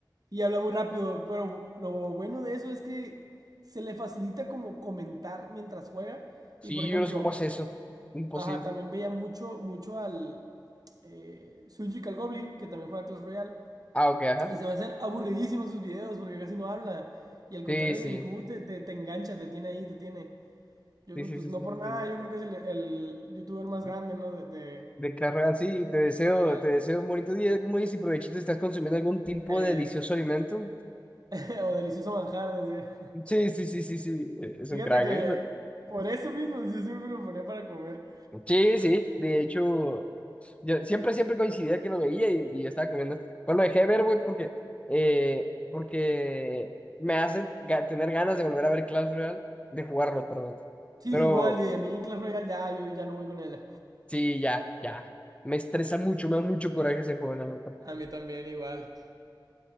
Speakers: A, on the right; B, on the left.
A: y habla muy rápido, pero lo bueno de eso es que se le facilita como comentar mientras juega.
B: Sí,
A: Y por ejemplo,
B: yo no sé cómo hace eso. Imposible.
A: ajá, también veía mucho, mucho al eh, Sujical Goblin, que también juega Clash Royale.
B: Ah, ok, ajá.
A: Y se me hacen aburridísimos sus videos porque casi no habla. Y al contrario
B: Sí, sí.
A: de Benihu, te, te, te engancha, te tiene ahí, te tiene. Yo
B: Sí,
A: creo,
B: sí,
A: pues
B: sí,
A: no
B: sí,
A: por nada,
B: sí.
A: yo creo que es el, el youtuber más
B: sí.
A: grande, ¿no? De, de,
B: De Clash Royale, sí, te deseo,
A: de Clash Royale.
B: te deseo un bonito día. como dices? y provechito, estás consumiendo algún tipo
A: Eh,
B: de delicioso alimento.
A: <laughs> o delicioso manjar, decía.
B: Sí, sí, sí, sí, sí. eh, Es
A: Fíjate
B: un crack,
A: que
B: ¿eh?
A: por eso mismo yo siempre lo ponía para comer.
B: Sí, sí. De hecho, yo siempre, siempre coincidía que lo veía y, y estaba comiendo. Pues lo dejé de ver, güey, porque, eh, porque me hace ga- tener ganas de volver a ver Clash Royale, de jugarlo, perdón.
A: Sí,
B: Pero
A: igual, y de mí Clash Royale ya, yo ya no voy con él.
B: Sí, ya, ya. Me estresa mucho, me da mucho coraje ese juego, la nota.
A: A mí también igual.